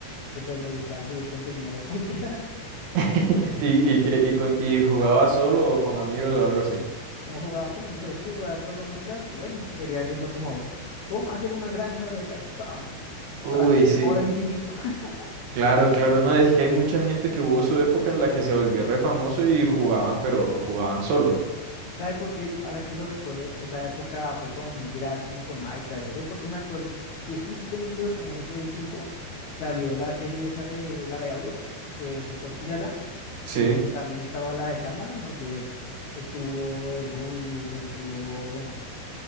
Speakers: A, on the left; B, on the right.
A: y pues me gustaba subir contenido de <laughs> Minecraft.
B: <laughs> Y, y que y, con- y jugaba solo o con amigos o algo así.
A: No jugaba con amigos, es que jugar solo Minecraft, o bueno, sería haciendo como, ¿cómo hacer una granja de Redstone
B: Uy,
A: para tener
B: sí,
A: oro infinito? <laughs>
B: claro, claro, no, es que hay mucha gente que hubo su época en la que se volvió re famoso y jugaban, pero jugaban solos.
A: ¿Sabe por qué? Ahora que lo recuerdo, esa época fue como muy viral, como con Minecraft, eso, porque me acuerdo que justo en esos, en ese tiempo salió la serie esa de, la de Auron, que fue Tortilla Land,
B: Sí,
A: y también estaba la de Karmaland, donde estuvo el Rubius, donde estuvo